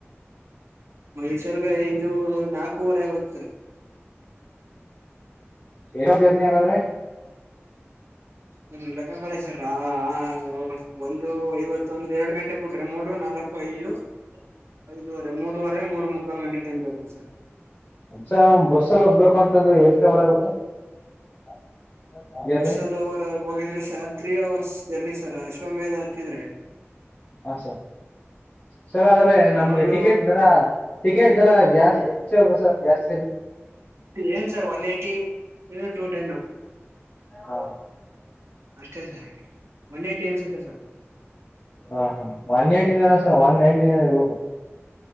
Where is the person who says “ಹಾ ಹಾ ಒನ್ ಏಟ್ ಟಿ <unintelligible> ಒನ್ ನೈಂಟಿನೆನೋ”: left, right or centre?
Left